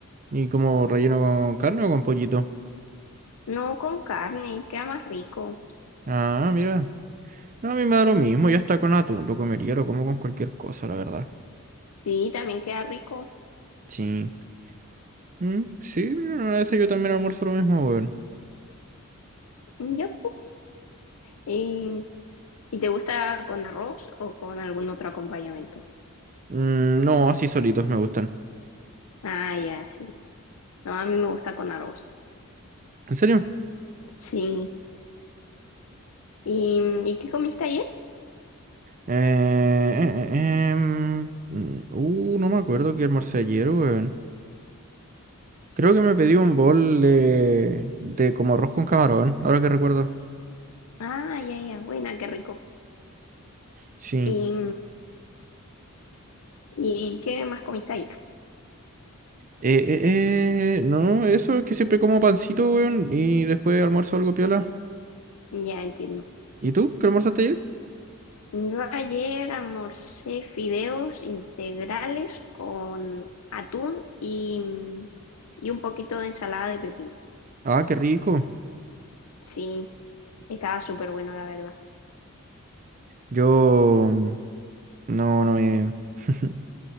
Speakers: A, on the right; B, on the left.
A: ¿Y como relleno con carne o con pollito?
B: No con carne, queda más rico.
A: Ah, mira. No, a mí me da lo mismo. Ya está con atún. Lo comería, lo como con cualquier cosa, la verdad.
B: Sí, también queda rico.
A: Sí. Mm, sí, mira, una vez yo también almuerzo lo mismo, weón.
B: Yo, y, ¿y te gusta con arroz o con algún otro acompañamiento?
A: Mm, no, así solitos me gustan.
B: Ah, ya, sí. No, a mí me gusta con arroz.
A: ¿En serio?
B: Sí. ¿Y, y qué comiste ayer?
A: Eh, eh, eh, em, mm, uh, no me acuerdo qué almorcé ayer, weón. Creo que me pedí un bol de, de como arroz con camarón, ahora que recuerdo.
B: Ah, ya, ya, buena, qué rico.
A: Sí.
B: ¿Y, y qué más comiste ayer?
A: Eh, eh, eh, no, eso es que siempre como pancito, weón, y después almuerzo algo piola.
B: Ya entiendo.
A: ¿Y tú? ¿Qué almorzaste ayer?
B: Yo ayer almorcé fideos integrales con atún y, y un poquito de ensalada de pepino.
A: Ah, qué rico.
B: Sí, Estaba súper bueno, la verdad.
A: Yo mm, no, no he, <laughs>